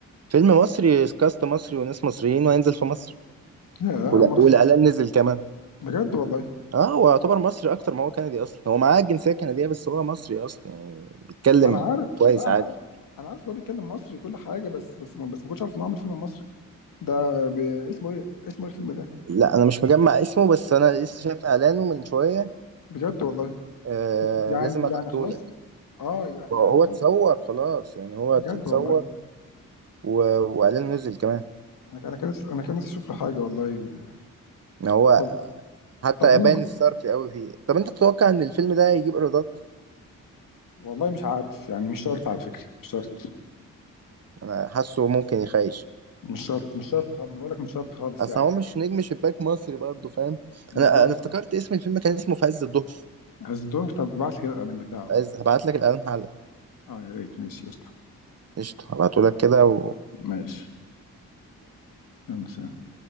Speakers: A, on the right; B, on the left.
A: فيلم مصري كاست مصري وناس مصريين وهينزل في مصر
B: يا
A: ولا
B: اول مره
A: والاعلان
B: أسمع.
A: نزل كمان
B: بجد والله
A: اه هو يعتبر مصري اكتر ما هو كندي اصلا هو معاه الجنسيه الكنديه بس هو مصري اصلا يعني بيتكلم
B: ما انا عارف
A: كويس
B: لا انا
A: عادي
B: عارف انا عارف إن هو بيتكلم مصري وكل حاجه بس بس ما بس ما كنتش عارف انه عامل فيلم مصري ده ب... اسمه ايه اسمه ايه الفيلم ده
A: لا انا مش مجمع اسمه بس انا لسه شايف اعلانه من شويه
B: بجد والله
A: آه
B: يعني
A: لازم
B: يعني
A: ابعتهولك
B: خلاص اه يع-
A: هو
B: يعني ده خلاص
A: اتصور خلاص يعني هو
B: بجد
A: اتصور
B: والله
A: و... واعلانه نزل كمان
B: انا انا كان نفسي- انا كان نفسي اشوف له حاجه والله
A: ان هو
B: طب
A: حتى
B: طب مين
A: يبان الصرف قوي فيه طب انت تتوقع ان الفيلم ده هيجيب ايرادات
B: والله مش عارف يعني مش شرط على فكره مش شرط
A: انا حاسه ممكن يخيش
B: مش شرط مش شرط خالص انا بقول لك مش شرط خالص
A: اصل
B: يعني
A: هو مش
B: يعني
A: نجم شباك مصري برضه فاهم
B: بالظبط
A: انا انا افتكرت اسم الفيلم كان اسمه في عز الظهر
B: هزدور طب ابعت لي كده الاعلان بتاعه
A: عايز هبعت لك الاعلان حالا
B: اه يا ريت ماشي قشطه
A: قشطه هبعته لك كده و...
B: ماشي يلا سلام